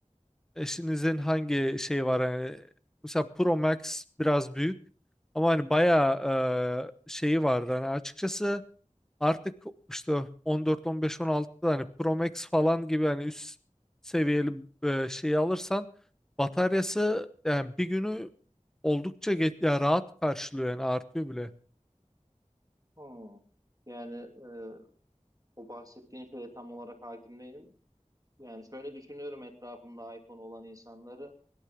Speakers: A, in the centre; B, on the right (about 30°).
A: eşinizin hangi şeyi var hani mesela Pro Max biraz büyük ama hani bayağı e, şeyi vardı hani açıkçası artık işte 14 15 16'da hani Pro Max falan gibi hani üst seviyeli e, şeyi alırsan bataryası yani bir günü oldukça geç, ya rahat karşılıyor yani artıyor bile.
B: Hmm. Yani e, o bahsettiğin şeye tam olarak hakim değilim. Yani şöyle düşünüyorum etrafımda iPhone olan insanları